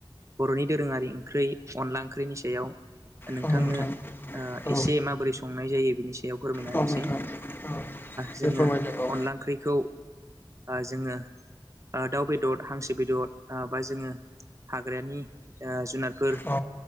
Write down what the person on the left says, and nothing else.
औ नोंथां औ
औ
नोंथां औ
दे फोरमायदो औ
औ